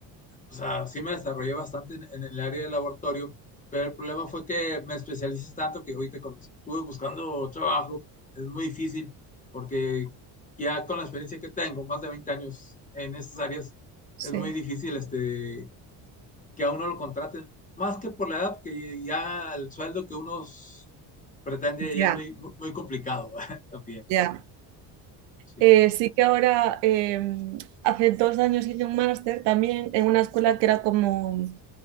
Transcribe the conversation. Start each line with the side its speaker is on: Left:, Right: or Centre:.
Left: o sea, sí me desarrollé bastante en, en el área de laboratorio, pero el problema fue que me especialices tanto que ahorita cuando estuve buscando trabajo es muy difícil porque ya con la experiencia que tengo, más de 20 años en estas áreas,
Right: sí,
Left: es muy difícil este, que a uno lo contraten, más que por la edad, que ya el sueldo que uno s- pretende
Right: ya,
Left: ya es muy, muy muy complicado <laughs> también.
Right: ya.
Left: Sí.
Right: Eh, sí que ahora, em, hace dos años hice un máster también en una escuela que era como